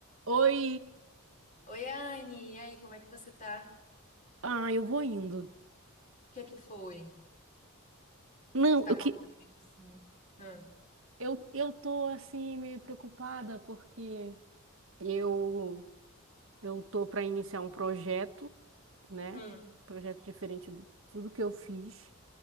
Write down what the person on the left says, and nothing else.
Oi, Anne, e aí, como é que você tá?
O que é que foi?
Você tá
com a voz meio assim? Hum,
hum,